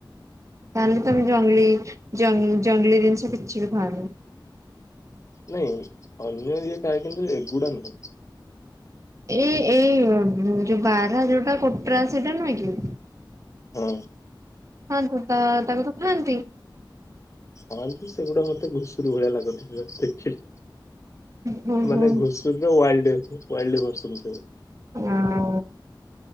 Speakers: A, on the right; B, on the left.
A: ତାହେଲେ ତମେ ଜଙ୍ଗ ଜଙ୍ଗଲି ଜିନିଷ କିଛି ବି ଖାଅନି?
B: ନାଇଁ ଅନ୍ୟ ଇଏ ଖାଏ କିନ୍ତୁ ଏଗୁଡା ନୁହଁ।
A: ଏଇ ଏଇ ଯୋଉ ବାରା ଯୋଉଟା କୋଟରା ସେଇଟା ନୁହେଁ କି?
B: ହଁ।
A: ହନ୍ତୁ ତା ତାକୁ ତ ଖାଆନ୍ତି।
B: ହଁ ଯେ ସେଗୁଡା ମତେ ଘୁଷୁରୀ ଭଳିଆ ଲାଗନ୍ତି ଦେଖିଲେ।
A: ହୁଁ
B: ମାନେ
A: ହୁଁ
B: ଘୁଷୁରରେ ୱାଲ୍ଡ ୱାଲ୍ଡ ଭରସନ୍।
A: ହଁ